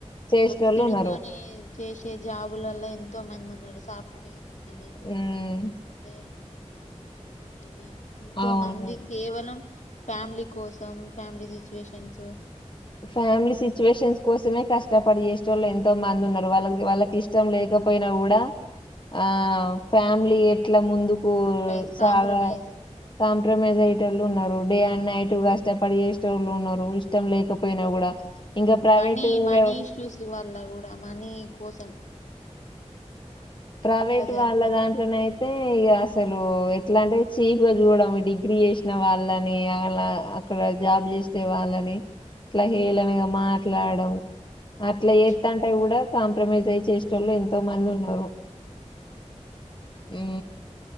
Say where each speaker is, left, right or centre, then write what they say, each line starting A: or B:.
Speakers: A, on the left; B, on the left.
A: చేసేటోళ్ళు
B: ఒత్తిడితోని
A: ఉన్నారు
B: చేషే జాబులలో ఎంతో మంది ఉన్నారు సాఫ్ట్ వేర్ ఏ గాని
A: హ్మ్
B: day and night night shift లని ఎంతో
A: అవును
B: మంది కేవలం ఫ్యామిలీ కోసం ఫ్యామిలీ సిచ్యువేషన్స్
A: ఫ్యామిలీ సిచ్యువేషన్స్ కోసమే కష్టపడి ఎషేటోళ్ళు ఎంతో మంది ఉన్నారు వాళ్ళ వాళ్ళక్ ఇష్టం లేకపోయినా కూడా ఆ ఫ్యామిలీయే ఇట్లా ముందుకు
B: సాక్రిఫైజ్
A: సాగా
B: కాంప్రమైజ్
A: కాంప్రమైజ్ అయటోళ్ళు ఉన్నారు. డే అండ్ నైట్ కష్టపడి ఎష్టోళ్ళు ఉన్నారు ఇష్ ఇష్టం లేకపోయినా కూడా ఇంకా ప్రైవేటు
B: మనీ మనీ
A: వవ్
B: ఇష్యూస్ వల్ల కూడా మనీ కోసం
A: ప్రైవేట్
B: ఇట్లా జరిపోతలేదు
A: వాళ్ళ దాంట్లోనో అయితే ఇగ అసలు ఎట్లా అంటే చీప్ గా చూడడం డిగ్రీ చేసిన వాళ్ళని అలా అక్కడ జాబ్ చేసే వాళ్ళని అట్లా హేలనగా మాట్లాడడం అట్లా
B: ఉ
A: ఎత్తంటే కూడా కాంప్రమైజ్ అయి చేష్ చలో ఎంతో మంది ఉన్నారు.
B: అంట <inaudible> అవును
A: ఏ